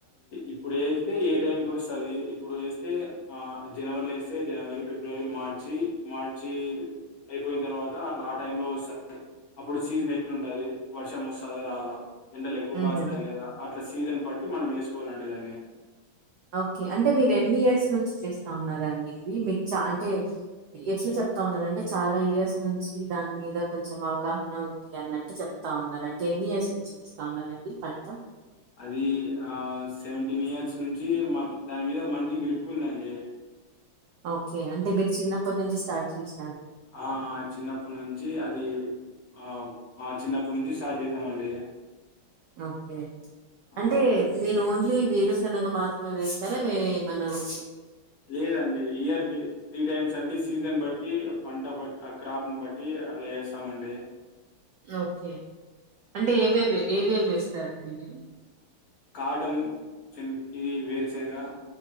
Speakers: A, on the left; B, on the right.
A: ఇప్పుడు వేస్తే ఏ టైంకి వస్తది. ఇప్పుడు వేస్తే ఆ జనవరిలో వేస్ తే జనవరి, ఫిబ్రవరి, మార్చి. మార్చి అయిపోయిన తర్వాత అట్లా ఆ టైం లో వస్తది. అప్పుడు సీజన్ ఎట్లుంటుంది వర్షం వస్తదా. రాదా ఎండలు ఎక్కువ
B: హుహు.
A: కాస్తాయి లేదా. అట్లా సీజన్ బట్టి మనం వేసుకోవాలండి దాన్ని.
B: ఓకే అంటే మీరు ఎన్ని ఇయర్స్ నుంచి చేస్తా ఉన్నారండి. ఇవి మీకు చ అంటే ఎట్లా చెప్తా ఉన్నారంటే. చాలా ఇయర్స్ నుంచి దాని మీద కొంచెం అవగాహన ఉంది అన్నట్టు చెప్తా ఉన్నారు. అంటే ఎన్ని ఇయర్స్ నుంచి చేస్తా ఉన్నారండి. పంట
A: అది ఆ సెవెంటీన్ ఇయర్స్ నుంచి మాకు దాని మీద మంచి గ్రిప్ ఉందండి.
B: ఓకే అంటే మీరు చిన్నప్పటి నుంచి స్టార్ట్ చేస్
A: ఆ చిన్నప్పటి నుంచి అది ఆ ఆ చిన్నప్పటి నుంచి స్టార్ట్ చేసామండి.
B: ఓకే.
A: ఆ
B: అంటే మీరున్ లి వేరుే సనగ మాత్రమే వేస్తారా. వేరే ఏమన్నా కూడా
A: లేదండి. ఇయర్ కి త్రీ టైమ్స్ అంటే సీజన్ బట్టి పంట బట్ ఆ క్రాప్ను బట్టి అట్లా ఎస్తామండి.
B: ఓకే అంటే ఏవేవి ఏవేవ్ వేస్తారండి మీరు
A: కాటన్, శన్కి, వేరు శనుగా